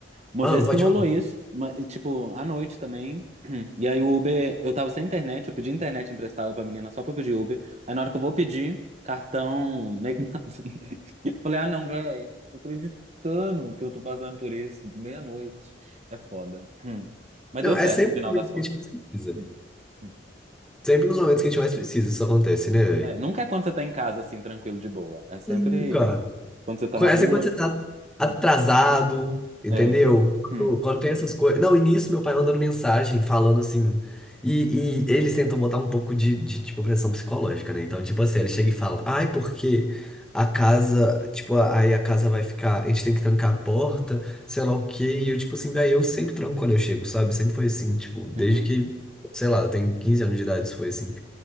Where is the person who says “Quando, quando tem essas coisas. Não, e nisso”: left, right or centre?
Centre